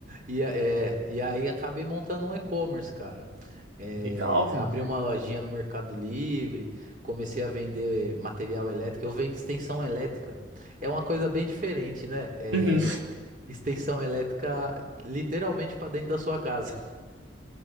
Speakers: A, on the right; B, on the right.
A: E, a- é, e aí acabei montando um e-commerce, cara. É,
B: Legal, velho.
A: abri uma lojinha no Mercado Livre, comecei a vender material elétrico. Eu vendo extensão elétrica. É uma coisa bem diferente, né? É,
B: Uhum.
A: extensão elétrica literalmente para dentro da sua casa.